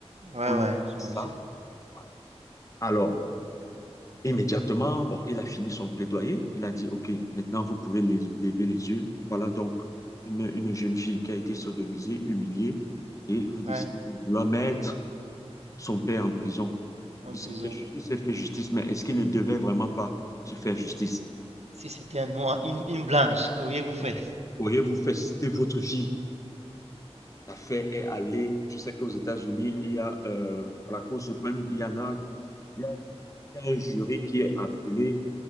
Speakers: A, on the right; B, on the left.
A: Ouais,
B: On lui
A: ouais,
B: dit
A: j'imagine.
B: ça. Voilà. Alors, Immédiatement, bon, il a fini son plaidoyer. Il a dit, OK, maintenant vous pouvez les- lever les yeux. Voilà donc une, une jeune fille qui a été sodomisée, humiliée, et vous décidez
A: Ouais,
B: de vouloir mettre son père en prison.
A: en
B: Il
A: prison.
B: s'est fait, ju- il s'est fait justice, mais est-ce qu'il ne devait vraiment pas se faire justice?
A: Si c'était un noir, une, une blanche, qu'auriez-vous fait?
B: Voilà. Auriez-vous fait si c'était votre fille? L'affaire est allée. Tu sais qu'aux États-Unis, il y a euh, à la Cour suprême, il y en a, il y a un jury, il y a un jury qui est appelé